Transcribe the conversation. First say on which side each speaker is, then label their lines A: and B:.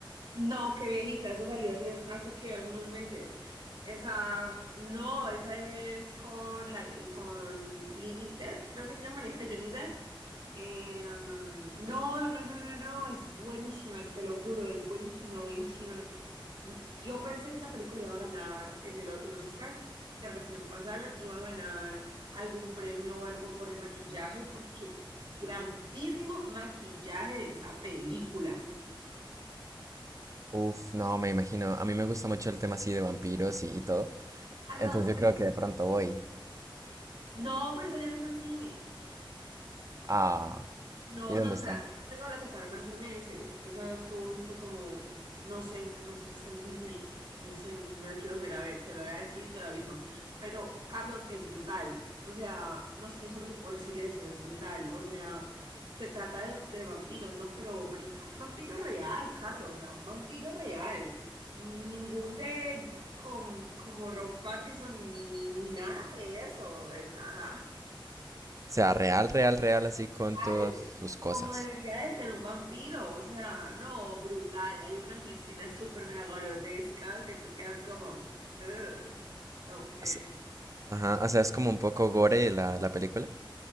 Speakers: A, on the right; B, on the right.
A: no, qué viejita, esa salió hace, hace que hace unos meses. Esa, no, esa es con la, eh, con Lily Depp, creo que se llama, la hija de Johnny Depp. Em, no, no, no, no, no, es buenísima, te lo juro, es buenísima, buenísima. Yo pensé que esa película iba a ganar en, el en los Oscars, que recién pasaron, iba a ganar algún premio o algo por el maquillaje, porque grandísimo maquillaje de esa película.
B: Uf, no, me imagino. A mí me gusta mucho el tema así de vampiros y, y todo.
A: Carlos,
B: Entonces yo
A: es-
B: creo que de pronto voy.
A: no, pero esa ya no está en cine.
B: Ah,
A: No,
B: ¿y dónde
A: Nosferatu
B: está? O
A: no tengo, la sacaron hace meses. Esa estuvo siempre como, no sé, no sé si está en Disney, no sé, me la quiero volver a ver, te lo voy a decir y te lo aviso. Pero Carlos es brutal, o sea, no es que solo te puedo decir eso, es brutal, o sea, se trata de, de vampiros, ¿no? Pero, marica, un vampiro real, Carlos, o sea, un vampiro real. Ningún de, con, como Rob Pattinson ni, ni, ni, ni nada de eso, eh, nada
B: sea, real, real, real, así con todas
A: brutal,
B: sus cosas.
A: como debería de ser un vampiro, o sea, no, brutal. Hay unas escenas súper mega grotescas que tú quedas como, "Ugh, ok.
B: Así- Ajá, o sea, es como un poco gore la, la película.